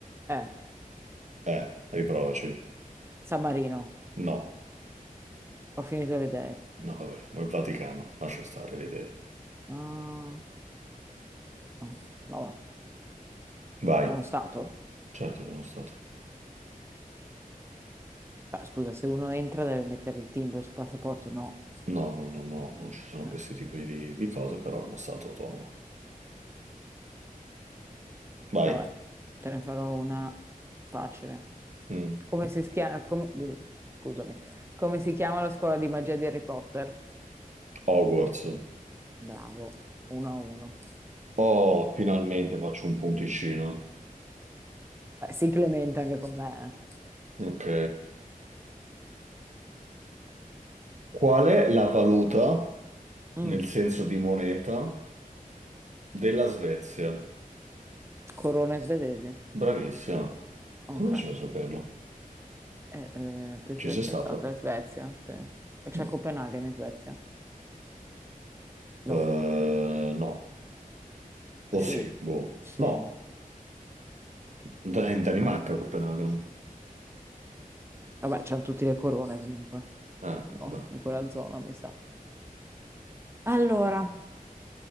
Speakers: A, on the right; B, on the right.
A: eh,
B: Eh, riprovaci.
A: San Marino,
B: No,
A: ho finito le idee.
B: no, vabbè, ma il Vaticano, lascia stare le idee.
A: Ah, no, vabbè.
B: Vai.
A: È uno stato?
B: Certo che è uno stato.
A: Beh, scusa, se uno entra deve mettere il timbro sul passaporto, no.
B: No, no, no, no, non ci sono
A: Eh,
B: questi tipi di, di cose, però è uno stato autonomo. Vai.
A: Vabbè, te ne farò una facile.
B: Mm.
A: Come si schia- come- Scusami. Come si chiama la scuola di magia di Harry Potter?
B: Hogwarts.
A: Bravo, uno a uno.
B: Oh, finalmente faccio un punticino.
A: Beh, si clementa anche con me.
B: Ok. Qual è la valuta,
A: eh.
B: nel
A: Mm,
B: senso di moneta, della Svezia?
A: Corona svedese.
B: Bravissima.
A: Ok,
B: Come facevo a saperlo?
A: Eh, eh, penso
B: Ci
A: di
B: sei
A: essere
B: stata?
A: stata in Svezia, sì. C'è
B: No.
A: Copenaghen in Svezia?
B: Eh,
A: No,
B: no. O
A: sì,
B: sì, boh.
A: sì.
B: No. Da- In Danimarca, Copenaghen.
A: Vabbè, c'hanno tutte le corone comunque,
B: Eh,
A: no?
B: vabbè.
A: In quella zona, mi sa. Allora,